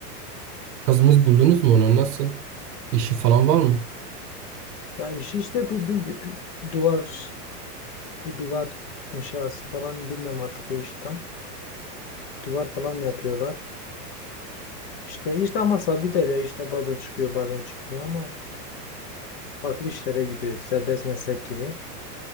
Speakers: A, on the right; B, on the left.
A: Kızımız buldunuz mu ona? Nasıl? İşi falan var mı?
B: Ya işi işte bildiğin gibi duvar bu duvar inşası falan bilmiyorum artık o işi tam. Duvar falan yapıyorlar. İşte işte ama sabit ele işte bazen çıkıyor bazen çıkmıyor ama farklı işlere gidiyor. Serbest meslek gibi.